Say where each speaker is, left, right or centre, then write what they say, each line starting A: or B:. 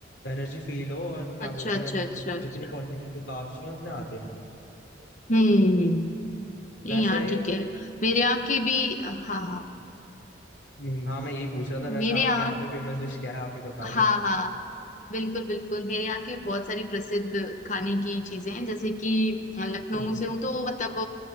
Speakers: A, on the left; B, on the left.
A: एनर्जी फील हो और क्या
B: अच्छा
A: बोलते
B: अच्छा
A: हैं हम
B: अच्छा अच्छा
A: जितनी क्वांटिटी के कार्ब्स चाहिए उतने आते हैं
B: हम्म हम्म। नहीं
A: वैसे
B: यार ठीक है मेरे यहाँ की भी हाँ हाँ
A: हम्म, हाँ मैं यही पूछ रहा था वैसे
B: मेरे
A: आपके
B: यहाँ
A: यहाँ पे फेमस डिश क्या है आप ही बता दो
B: हाँ हाँ बिल्कुल बिल्कुल मेरे यहाँ के बहुत सारी प्रसिद्ध खाने की चीजें हैं जैसे कि अ, लखनऊ
A: <laughs> हम्म,
B: से हूँ तो मतलब